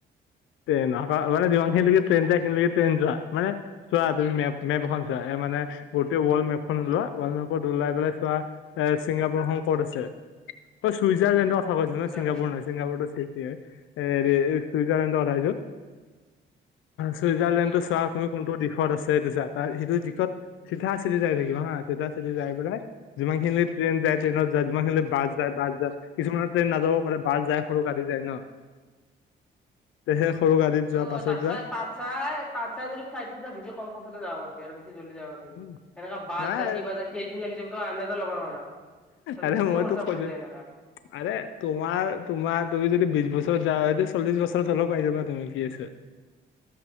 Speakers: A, on the left (about 80°); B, in the centre.
A: ট্ৰেইন আৰু মানে
B: আচ্ছা
A: যিমানখিনকে ট্ৰেইন যায় সিমানখিনিলৈকে ট্ৰেইনত যোৱা মানে চোৱা তুমি মেপ মেপ এখন চোৱা মানে গোটেই ৱৰ্ল্ড মেপখন ওলোৱা ৱৰ্ল্ড মেপত ওলাই পেলাই চোৱা এ ছিংগাপুৰখন ক'ত আছে অ ছুইজাৰলেণ্ডৰ কথা কৈ আছিলা
B: আচ্ছা
A: না ছিংগাপুৰ নহয় ছিংগাপুৰটো এ হেৰি চুইজাৰলেণ্ডৰ কথা কৈছো চুইজাৰলেণ্ডতো
B: উম
A: চোৱা তুমি কোনটো দিশত আছে সেইটো চা তাৰ সেইটো দিশত চিধা চিধি যাই থাকিবা হা চিধা চিধি যায় পেলাই যিমান খিনিলে ট্ৰেইন যায় ট্ৰেইনত যায় যিমান খিনিলে বাচ যায় বা কিছুমানৰ ট্ৰেইন নাযাব পাৰে বাচ যায় সৰু গাড়ী যায় ন তেহে সৰু গাড়ীত যোৱা
B: অ
A: বাছত
B: তাচাই
A: যোৱা
B: তাতছাই তাতছাই যদি ফালাইটত যা ভিডিঅ কল কৰি যাব পাৰিবি আৰু বেছি জল্দি যাবা পাৰবি
A: উম,
B: এনেকা বাচ
A: নাই
B: যা কিবা যা কেইদিন লাগি যাব তই আন্দাজা ল'ব নোৱাৰা তাতে
A: আৰে
B: বেছি
A: মই
B: খৰচা
A: তোক
B: পৰি
A: কৈছো
B: যায় এনেকা
A: আৰে তোমাৰ তোমাৰ তুমি যদি বিশ বছৰত যা হয় চল্লিশ বছৰত হলেও পাই যাবা তুমি ই এচ